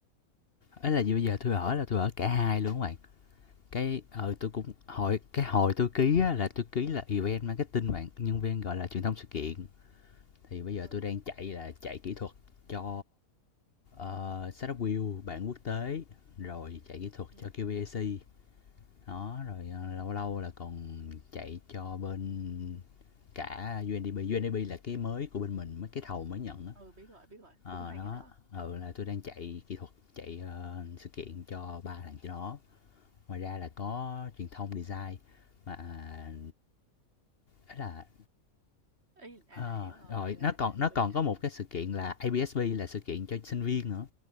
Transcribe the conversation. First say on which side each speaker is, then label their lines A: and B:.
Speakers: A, on the left; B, on the right.
A: ấy là gì bây giờ tôi ở là tôi ở cả hai luôn các bạn cái ờ tôi cũng hồi
B: ừ
A: cái hồi tôi ký á là tôi ký là event marketing bạn nhân viên gọi là truyền thông sự kiện thì bây giờ
B: ừ
A: tôi đang chạy là chạy kỹ thuật cho uh, setup wheel bản quốc tế rồi chạy kỹ thuật
B: ừ
A: cho QBAC đó rồi ờ, lâu lâu là còn chạy cho bên cả UNDP UNDP là cái mới của bên mình mấy cái thầu mới nhận á
B: Ừ, biết rồi biết rồi
A: ờ
B: tôi có thấy
A: uh, đó
B: cái đó
A: ừ là tôi đang chạy kỹ thuật chạy ờ, sự kiện cho ba thằng cho nó ngoài ra là có truyền thông design mà à, ấy là
B: ý à
A: Ờ,
B: hiểu rồi
A: rồi
B: vậy là
A: nó còn nó
B: bình
A: còn
B: thường
A: có một cái sự kiện là ABSB là sự kiện cho sinh viên nữa.